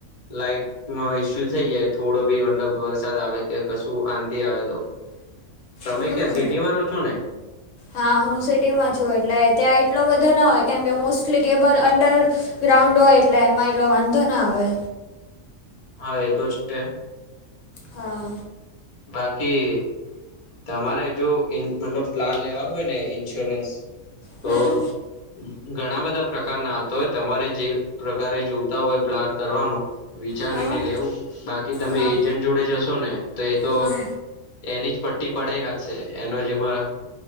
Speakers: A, on the left; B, on the left.
A: લાઈટ માં ઈસ્યુ થઈ જાય થોડો બી મતલબ વરસાદ આવે કે કશું આંધી આવે તો તમે
B: હમ્મ.
A: ક્યાં સિટીમાં રહો છો ને
B: હા હું સિટીમાં છું એટલે ત્યાં એટલો બધો ન હોય કેમ કે મોસ્ટલી કેબલ અંડર ગ્રાઉન્ડ હોય એટલે એમાં એટલો વાંધો ના આવે.
A: હા એ તો છે.
B: હા.
A: બાકી તમારે જો મતલબ પ્લાન લેવા હોય ને ઇન્સ્યોરન્સ
B: હમ
A: તો ઘણા બધા પ્રકારના આવતા હોય તમારે જે પ્રકારે જોવતા હોય પ્લાન કરવાનો વિચારીને
B: હા
A: લેવું બાકી તમે
B: હા હા
A: એજન્ટ જોડે જશો ને તો એ તો
B: હા
A: એની જ પટ્ટી ભડાઈ રાખશે એનો જેમાં